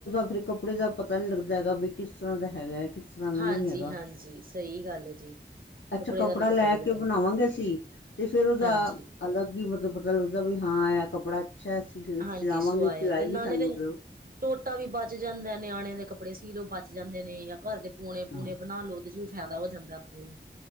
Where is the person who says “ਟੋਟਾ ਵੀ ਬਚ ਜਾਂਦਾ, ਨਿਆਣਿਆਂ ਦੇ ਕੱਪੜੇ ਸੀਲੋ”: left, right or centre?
Right